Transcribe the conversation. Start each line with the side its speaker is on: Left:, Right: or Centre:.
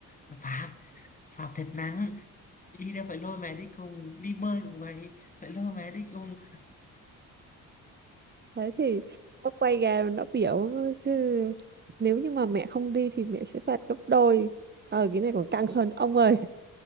Left: là phạt phạt thật nặng đi đâu phải lôi mẹ đi cùng đi bơi cũng vậy phải lôi mẹ đi cùng
Right: Đấy thì nó quay ra nó biểu chứ nếu như mà mẹ không đi thì mẹ sẽ phạt gấp đôi. Ờ cái này còn căng hơn ông ơi.